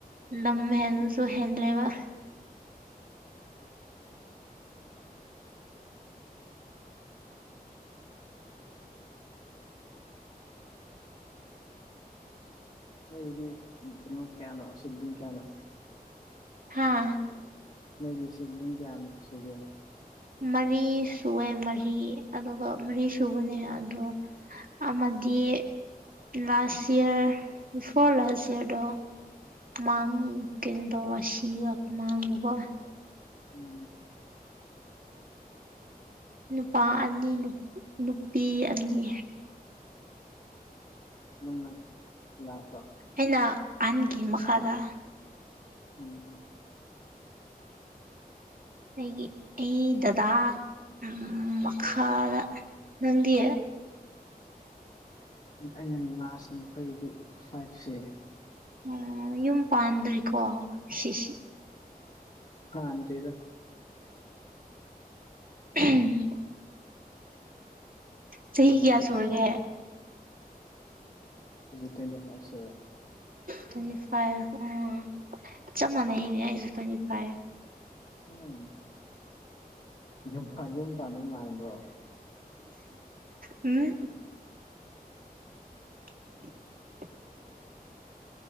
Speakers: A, on the right; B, on the left.
A: ꯂꯝ ꯍꯦꯟꯕꯁꯨ ꯍꯦꯟꯗꯔꯦꯕ
B: ꯅꯣꯏꯗꯤ ꯀꯩꯅꯣ ꯀꯌꯥꯅꯣ ꯁꯨꯗꯤꯜ ꯀꯌꯥꯅꯣ
A: ꯍꯥꯥ
B: ꯅꯣꯏꯗꯤ ꯁꯦꯕꯤꯂꯤꯡ ꯀꯌꯥꯝ ꯁꯨꯒꯦ
A: ꯃꯔꯤ ꯁꯨꯋꯦ ꯃꯔꯤ ꯑꯗꯨꯒ ꯃꯔꯤ ꯁꯨꯕꯅꯤ ꯑꯗꯣ ꯑꯃꯗꯤ ꯂꯥꯁ ꯍꯤꯌꯥꯔ ꯕꯤꯐꯣꯔ ꯂꯥꯁ ꯍꯤꯌꯔꯗꯣ ꯃꯥꯡ ꯀꯤꯟ ꯇꯧꯕ ꯁꯤꯕ ꯃꯥꯡꯕꯒꯣ
B: ꯎꯝ
A: ꯅꯨꯄꯥ ꯑꯅꯤ ꯅꯨꯞ ꯅꯨꯄꯤ ꯑꯅꯤ
B: ꯅꯪꯅꯠ ꯂꯥꯁꯠꯔꯣ
A: ꯑꯩꯅ ꯑꯟꯒꯤ ꯃꯈꯥꯗ
B: ꯎꯝ
A: ꯑꯩꯒꯤ ꯑꯩ ꯗꯗꯥ ꯑꯝ ꯃꯈꯥꯗ ꯅꯪꯗꯤ
B: ꯑꯩꯅ ꯂꯥꯁꯅꯤ ꯑꯈꯣꯏꯒꯤꯗꯤ ꯐꯥꯏꯚꯁꯦ
A: ꯑꯣ ꯌꯨꯝ ꯄꯥꯟꯗ꯭ꯔꯤꯀꯣ ꯁꯤꯁꯤ
B: ꯄꯥꯟꯗ꯭ꯔꯤꯗ
A: ꯎꯝ ꯆꯍꯤ
B: ꯀꯩꯅꯣ
A: ꯀꯌꯥ
B: ꯌꯨꯝ
A: ꯁꯨꯔꯒꯦ
B: ꯇ꯭ꯋꯦꯟꯤ ꯐꯥꯏꯚ ꯁꯨꯋꯦ
A: ꯇ꯭ꯋꯦꯟꯇꯤ ꯐꯥꯏꯚ ꯑ ꯆꯞ ꯃꯥꯟꯅꯩꯅꯦ ꯑꯩꯁꯨ ꯇ꯭ꯋꯦꯟꯇꯤ ꯐꯥꯏꯚ
B: ꯎꯝ ꯌꯨꯝ ꯌꯨꯝ ꯄꯥꯟꯅꯕ ꯃꯥꯟꯕ꯭ꯔꯣ
A: ꯎꯝ ꯁꯥ